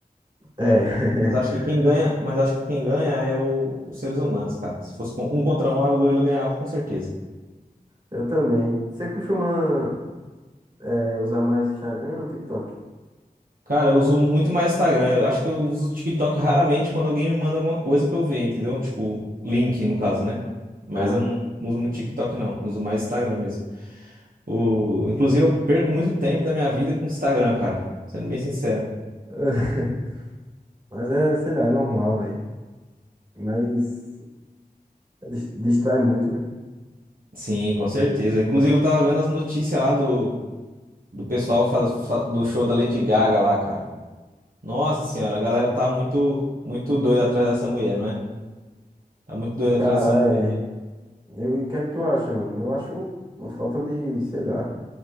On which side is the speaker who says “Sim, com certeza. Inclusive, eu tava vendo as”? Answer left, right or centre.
Right